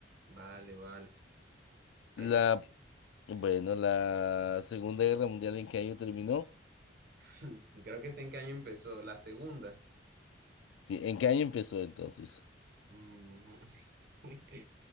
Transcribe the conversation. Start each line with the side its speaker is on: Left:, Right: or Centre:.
Right: vale, vale. Eh,
Left: la, bueno, la Segunda Guerra Mundial, ¿en qué año terminó?
Right: <laughs> creo que sé en qué año empezó. La segunda.
Left: Sí, ¿en qué año empezó entonces?
Right: Mm, <laughs>